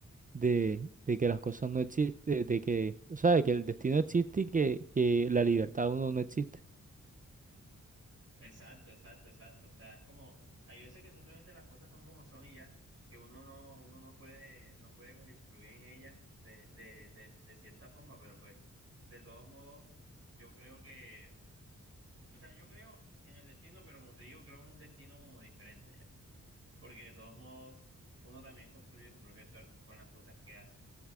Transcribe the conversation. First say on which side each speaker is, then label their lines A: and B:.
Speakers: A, on the right; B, on the right.
A: de, de que las cosas no existen, de que, o sea, de que el destino existe y que, que la libertad de uno no existe.
B: Exacto, exacto, exacto. O sea, es como, hay veces que simplemente las cosas son como son y ya, que uno no, uno no puede, no puede como influir en ellas de, de, de, de cierta forma, pero pues, de todos modos, yo creo que, o sea, yo creo en el destino, pero como te digo, creo en un destino como diferente ya. porque de todos modos uno también construye su propia suerte con las cosas que hace.